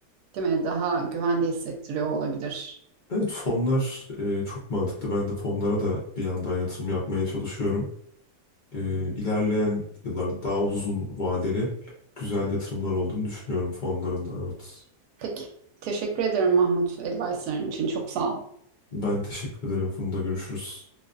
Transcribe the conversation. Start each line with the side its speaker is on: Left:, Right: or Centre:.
Right: değil mi, daha güvende hissettiriyor olabilir.
Left: Evet fonlar e, çok mantıklı. Ben de fonlara da bir yandan yatırım yapmaya çalışıyorum. E, ilerleyen yıllarda daha uzun vadeli güzel yatırımlar olduğunu düşünüyorum fonların da evet.
Right: Peki. Teşekkür ederim Mahmut advice'ların için. Çok sağ ol.
Left: Ben teşekkür ederim. Funda görüşürüz.